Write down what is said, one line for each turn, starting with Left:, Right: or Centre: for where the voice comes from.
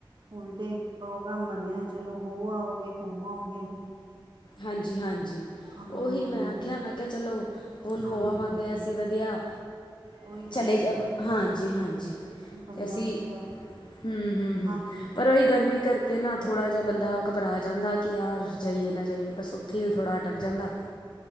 Right: ਹੁਣ ਤੇ ਪ੍ਰੋਗਰਾਮ ਬਣਿਆ ਏ, ਚਲੋ ਹੋ ਆਵੋਗੇ ਘੁੰਮ ਆਓਗੇ।
Left: ਹਾਂਜੀ-ਹਾਂਜੀ।
Right: ਹਾਂ
Left: ਓਹੀ ਮੈਂ ਆਖਿਆ, ਮੈਂ ਕਿਹਾ ਚਲੋ, ਹੁਣ
Right: ਹਾਂਜੀ
Left: ਹੋ ਆਵਾਂਗੇ
Right: ਹਾਂਜੀ
Left: ਅਸੀਂ ਵਧੀਆ
Right: ਉਹੀ ਗੱਲ
Left: ਚਲੇ
Right: ਹੈ
Left: ਜਾਵਾ,
Right: ਨਾ
Left: ਹਾਂਜੀ-ਹਾਂਜੀ
Right: ਬੰਦਾ
Left: ਤੇ ਅਸੀਂ
Right: ਸੋਚਦਾ
Left: ਹੂੰ-ਹੂੰ-ਹੂੰ,
Right: ਹਾਂਜੀ
Left: ਪਰ ਉਹੀ ਗਰਮੀ ਕਰਕੇ ਤੇ ਨਾ ਥੋੜਾ ਜਿਹਾ ਬੰਦਾ ਘਬਰਾ ਜਾਂਦਾ, ਕਿ ਯਾਰ ਜਾਈਏ ਨਾ ਜਾ <unintelligible> ਬਸ ਉੱਥੇ ਈ ਉਹ ਥੋੜ੍ਹਾ ਅਟਕ ਜਾਂਦਾ।